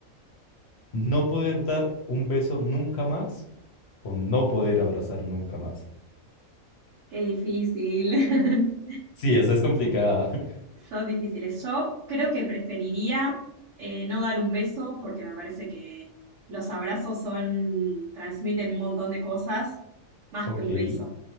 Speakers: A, on the left; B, on the right.
A: ¿No poder dar un beso nunca más? o no poder abrazar nunca más.
B: Qué difícil.
A: Sí, esa es complicada. <laughs>
B: <laughs> Son difíciles. Yo creo que preferiría eh, no dar un beso porque me parece que los abrazos son, transmiten un montón de cosas más
A: Ok.
B: que un
A: Es
B: beso.